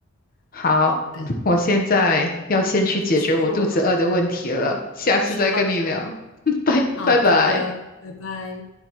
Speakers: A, on the left (about 45°); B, on the left (about 80°).
A: 好，
B: 对，
A: 我现在要先去解决我肚子饿的问题了，
B: 就去做吧，
A: 下次再跟你聊，
B: 去吧去吧，
A: <laughs> 拜拜拜。
B: 好的，拜拜。